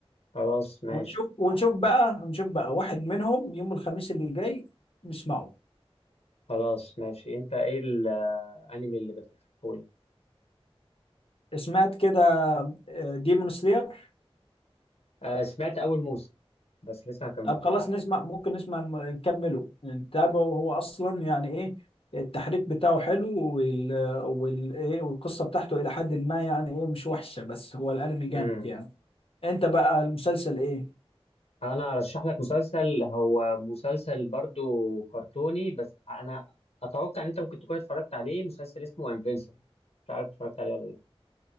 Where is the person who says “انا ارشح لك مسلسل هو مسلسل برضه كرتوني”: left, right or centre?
Left